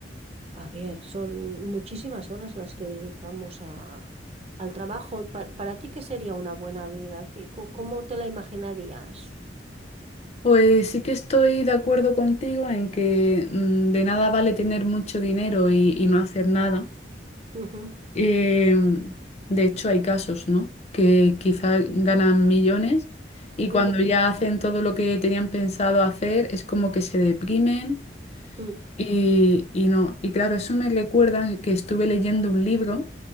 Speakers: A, on the right; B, on the left.
A: a ver, son muchísimas horas las que dedicamos a, al trabajo. Pa- para ti, ¿qué sería una buena vida? ¿Qué, co- cómo te la imaginarías?
B: Pues sí que estoy de acuerdo contigo en que mm, de nada vale tener mucho dinero y, y no hacer nada.
A: Ujú,
B: Eh, de hecho, hay casos, ¿no? Que quizás ganan millones y cuando
A: mm,
B: ya hacen todo lo que tenían pensado hacer, es como que se deprimen
A: mm,
B: y, y no. Y claro, eso me recuerda que estuve leyendo un libro